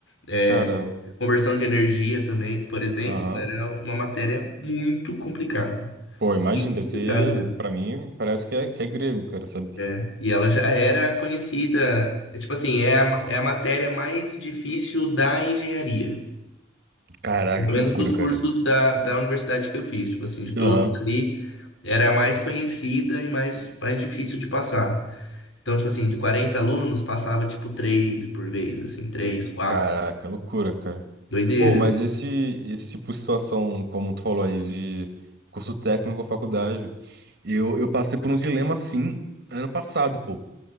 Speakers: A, on the left; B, on the right.
A: é,
B: Cara,
A: Conversão de energia também, por exemplo,
B: aham.
A: era uma matéria muito complicada.
B: Pô, imagina, deve
A: Complicada
B: ser,
A: mesmo.
B: pra mim, parece que é, que é grego, cara, sabe?
A: É. E ela já era conhecida, é, tipo assim, é a, ma- é a matéria mais difícil da engenharia.
B: Caraca,
A: Pelo
B: que
A: menos
B: loucura,
A: dos cursos
B: cara.
A: da, da universidade que eu fiz, tipo assim, de todos
B: Aham.
A: ali, era a mais conhecida e mais, mais difícil de passar. Então, tipo assim, de 40 alunos, passava tipo 3 por vez, assim, três quatro
B: Caraca, loucura, cara.
A: Doideira.
B: Ô, mas esse, esse tipo de situação, como tu falou aí, de curso técnico ou faculdade, eu, eu passei por um dilema assim ano passado, pô.